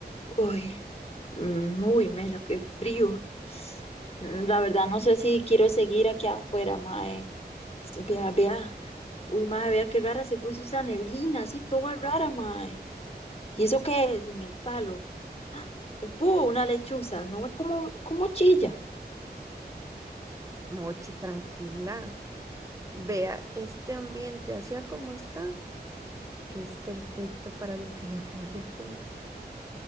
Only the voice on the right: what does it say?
Mochi, tranquila. Vea, este ambiente, así como está, es perfecto para lo que le voy a contar.